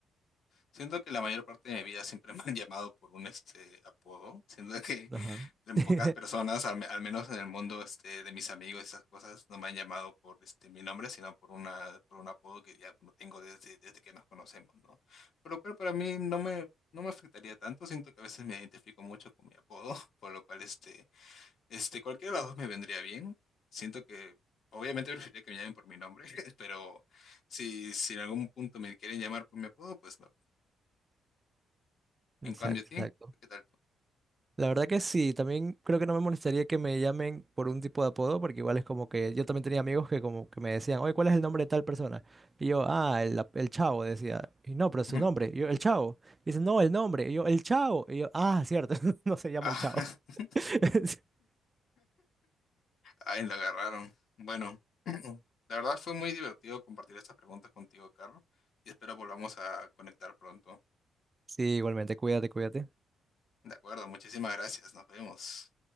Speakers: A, on the left; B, on the right.
A: Siento que la mayor parte de mi vida siempre <laughs> me han llamado por un este apodo. Siento que
B: Ajá.
A: en
B: <laughs>
A: pocas personas, al, me- al menos en el mundo este, de mis amigos, y esas cosas, no me han llamado por este mi nombre, sino por una, por un apodo que ya lo tengo desde, desde que nos conocemos, ¿no? Por lo cual para mí no me, no me afectaría tanto. Siento que a veces me identifico mucho con mi apodo, <laughs> por lo cual este, este, cualquiera de las dos me vendría bien. Siento que obviamente preferiría que me llamen por mi nombre, <laughs> pero si, si en algún punto me quieren llamar por mi apodo, pues no. En
B: Exacto,
A: cambio a ti,
B: exacto.
A: ¿qué tal tú?
B: La verdad que sí, también creo que no me molestaría que me llamen por un tipo de apodo, porque igual es como que yo también tenía amigos que como que me decían, oye, ¿cuál es el nombre de tal persona? Y yo, ah, el, ap- el Chavo, decía, y no, pero su
A: Ujú.
B: nombre, y yo, el Chavo. Y dice, no, el nombre, y yo, el Chavo, y yo, ah, cierto, <laughs> no se llama
A: Ah,
B: el Chavo.
A: <laughs>
B: <laughs>
A: ay, lo agarraron. Bueno, <clears throat> la verdad fue muy divertido compartir estas preguntas contigo, Carlos, y espero volvamos a conectar pronto.
B: Sí, igualmente, cuídate, cuídate.
A: De acuerdo, muchísimas gracias. Nos vemos.